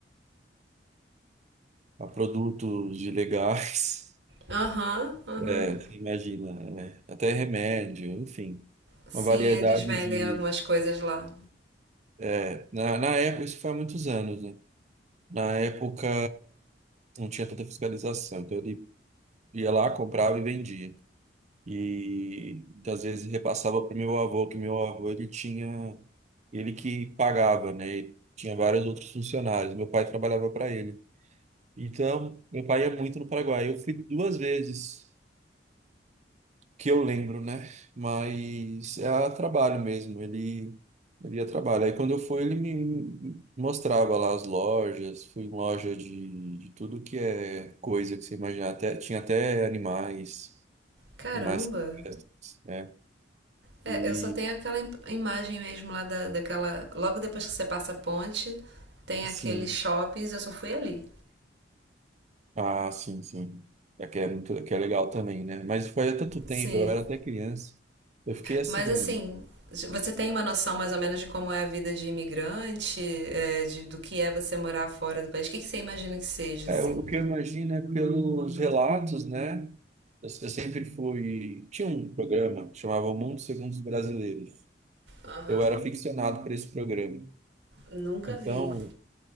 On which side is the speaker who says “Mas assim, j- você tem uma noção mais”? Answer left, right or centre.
Right